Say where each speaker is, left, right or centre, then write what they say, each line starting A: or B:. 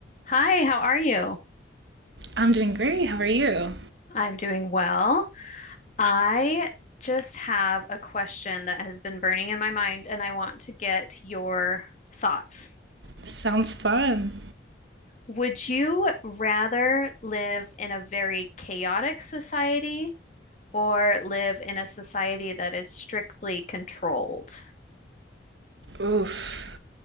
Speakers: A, on the left (about 40°); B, on the right (about 75°).
A: Hi, how are you?
B: I'm doing great. How are you?
A: I'm doing well. I just have a question that has been burning in my mind, and I want to get your thoughts.
B: Sounds fun.
A: Would you rather live in a very chaotic society or live in a society that is strictly controlled?
B: Oof. <laughs>